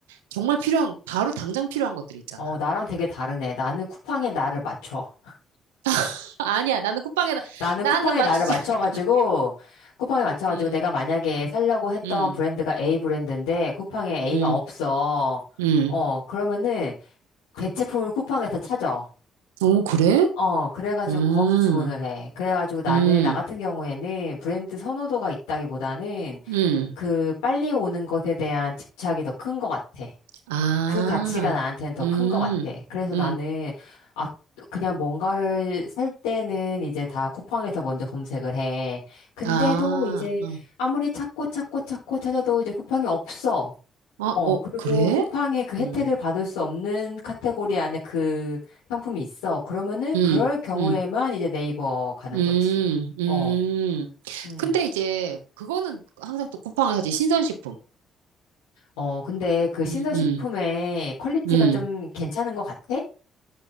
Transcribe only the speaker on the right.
정말 필요한, 바로 당장 필요한 것들이 있잖아.
<laughs> 아니야, 나는 쿠팡에다,
나는
맞추지.
<laughs>
음,
음,
음,
음.
오, 그래?
음,
음,
음.
아,
음,
음.
아,
어.
아,
어,
그래?
음,
음,
음,
음,
음.
근데 이제 그거는 항상 또 쿠팡을 사지 신선식품.
음, 음,
음.